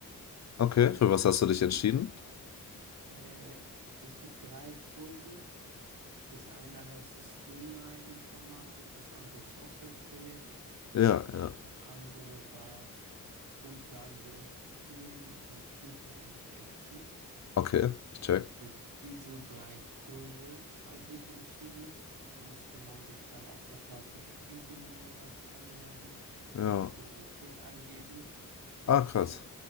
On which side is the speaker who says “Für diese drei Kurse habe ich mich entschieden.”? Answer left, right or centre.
Right